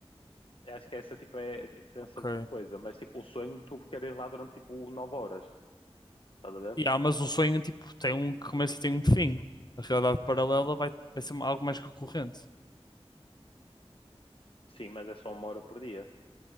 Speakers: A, on the left; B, on the left.
A: Eu Acho que essa tipo é a diferença
B: Ok.
A: de coisa, mas tipo, o sonho tu ficares lá durante tipo 9 horas, estás a ver?
B: Yeah, mas o sonho tipo tem um começo e tem um fim. A realidade paralela vai, vai ser algo mais recorrente.
A: Sim, mas é só uma hora por dia.